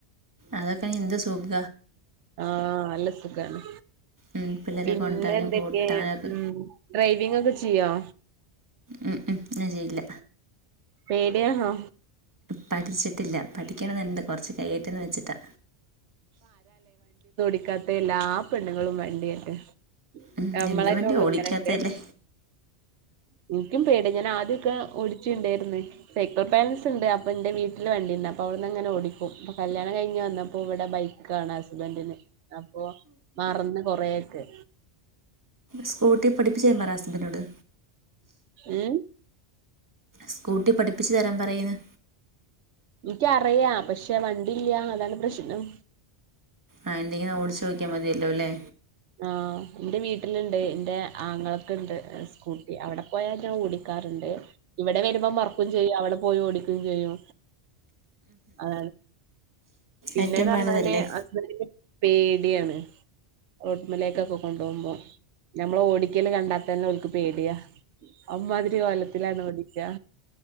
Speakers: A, on the right; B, on the right.
A: അതൊക്കെണീ എന്ത് സുഖ
B: ആഹ നല്ല സുഖമാണ്
A: ഉം പിള്ളേരെ
B: പിന്നെ
A: കൊണ്ടുവരാനും
B: എന്തൊക്കെ
A: കൂട്ടാനൊക്കെ
B: ഉ ഡ്രൈവിംഗ ഒക്കെ ചെയ്യോ
A: ഉം ഉം ഞാ ചെയ്യില്ല
B: പേടിയാണോ
A: പഠിച്ചിട്ടില്ല പഠിക്കണം എന്നുണ്ട് കുറച്ച് കൈയട്ടെന്ന് വെച്ചിട്ടാ
B: ക്കാത്ത എല്ലാ പെണ്ണുങ്ങളും വണ്ടിയട്ടെ
A: ഉം
B: നമ്മളെല്ലേ
A: എന്ത് വണ്ടിയാ
B: ഉള്ളു
A: ഓടിക്കാത്തതല്ലേ
B: ഇങ്ങനെയൊക്കെ എനിക്കും പേടി ഞാൻ ആ ഇതൊക്കെ ഓടിച്ചിണ്ടായിരുന്നു സൈക്കിൾ ബാലൻസ് ഉണ്ട് അപ്പ എന്റെ വീട്ടില് വണ്ടിന്ന് അപ്പ അവിടുന്ന്ങ്ങന ഓടിക്കും അപ്പ കല്യാ കഴിഞ്വന്നപ്പോ ഇവിടെ ബൈക്കാണ് ഹസ്ബൻഡിന് അപ്പൊ മറന്ന് കൊറൊക്കെ
A: സ്കൂട്ടി പഠിപ്പ് ചെയ്യഹസ്ബൻഡ് നോട്
B: ഉം
A: സ്കൂട്ടി പഠിപ്പിച്ചു തരാൻ പറയുന്നു
B: എനിക്കറിയ പക്ഷെ വണ്ടില്ല അതാണ് പ്രശ്നം
A: ആഹ് എന്തെങ്കില നാ ഓടിച്ചൊക്കിയാൽ മതിയല്ലോ അല്ലേ
B: ആ എന്റെ വീട്ടിലുണ്ട് എൻറെ ആങ്ങളൊക്കെ ഉണ്ട് സ്കൂട്ടി അവിടെ പോയാൽ ഞാൻ ഓടിക്ക ണ്ട് ഇവിടെ വരുമ്പോ മറക്കും ചെയ്യും അവിടെ പോയി ഓടിക്കുകയും ചെയ്യോ അത പിന്നെന്ന്
A: ഏറ്റവും
B: പറഞ്ഞാല്
A: നല്ലതല്ലേ
B: അ പേ ടി യാണ് റോട്ടിമലേക്കൊക്കെ കൊണ്ടുപോകുമ്പോ നമ്മൾ ഓടിക്കല് കണ്ടാ തന്നെ ഒൽക്ക് പേടിയാ അമ്മാതിരി കൊല്ലത്തിലാണ് ഓടിക്ക